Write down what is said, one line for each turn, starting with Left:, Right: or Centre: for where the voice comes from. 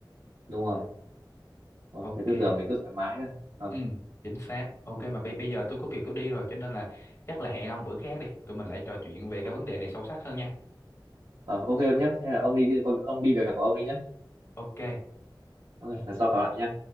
Right: đúng rồi ờ.
Left: ok
Right: cái tư tưởng mình cứ thoải mái thôi ờ
Left: Ừ, chính xác. Ok
Right: ừ.
Left: mà bây bây giờ tôi có việc tôi đi rồi cho nên là chắc là hẹn ông bữa khác đi. Tụi mình lại trò chuyện về
Right: ờ,
Left: cái vấn đề này sâu sắc hơn nha.
Right: ờ, ok em nhé hay là ông đi ông đi việc của ông đi nhé
Left: Ok.
Right: ok lần sau gặp lại nhé